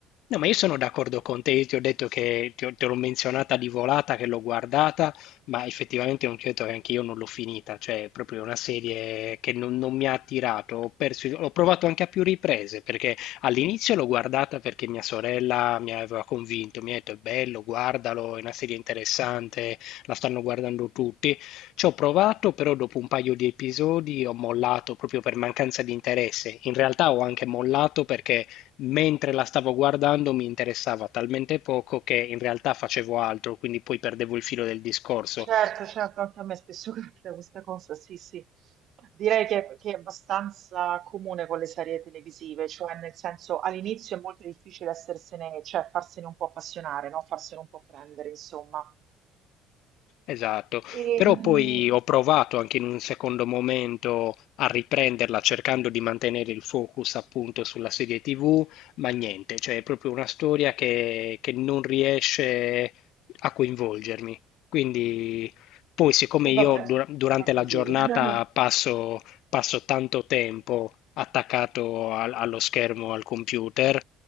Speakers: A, on the left (about 70°); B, on the right (about 50°).
A: No, ma io sono d'accordo con te, io ti ho detto che ti ho- te l'ho menzionata di volata, che l'ho guardata, ma effettivamente non ti ho detto che anche io non l'ho finita, cioè è proprio una serie che non, non mi ha attirato, ho perso, l'ho provato anche a più riprese, perché all'inizio l'ho guardata perché mia sorella mi aveva convinto, mi ha detto è bello, guardalo, è una serie interessante, la stanno guardando tutti, ci ho provato, però dopo un paio di episodi ho mollato proprio per mancanza di interesse, in realtà ho anche mollato perché mentre la stavo guardando mi interessava talmente poco che in realtà facevo altro, quindi poi perdevo il filo del discorso.
B: Certo, certo, anche a me spesso <laughs> capita questa cosa, sì, sì. Direi che, che è abbastanza comune con le serie televisive, cioè nel senso all'inizio è molto difficile essersene, cioè farsene un po' appassionare, no? Farsene un po' prendere, insomma.
A: Esatto,
B: E,
A: però
B: mm,
A: poi ho provato anche in un secondo momento a riprenderla cercando di mantenere il focus appunto sulla serie TV, ma niente, cioè è proprio una storia che, che non riesce a coinvolgermi. Quindi poi siccome
B: e vabbè,
A: io dura- durante
B: va così.
A: la giornata
B: <laughs>
A: passo, passo tanto tempo attaccato al- allo schermo, al computer,